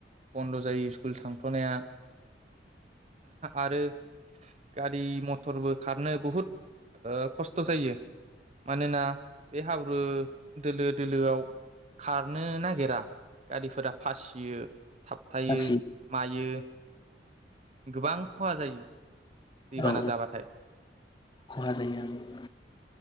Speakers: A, on the right (about 40°); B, on the left (about 25°).
A: बन्द' जायो स्कुल थांथ'नाया आरो <unintelligible> गारि मथरबो खारनो बहुद ओ खस्थ' जायो मानोना बे हाब्रु दोलो दोलोआव खारनो नागिरा गारिफोरा फासियो। थाबथायो
B: गासि
A: मायो गोबां खहा जायो। दैबाना
B: औ
A: जाबाथाय
B: खहा जायो